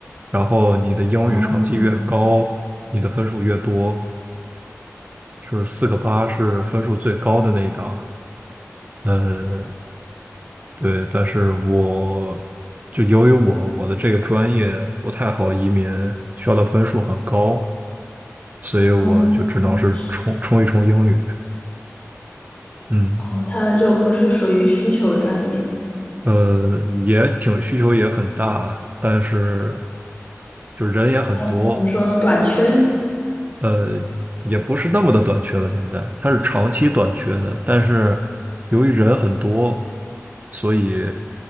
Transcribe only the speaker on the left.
哦，
哦，就是，
哦，它就不是属于需求专业。
嗯，怎么说呢？短缺。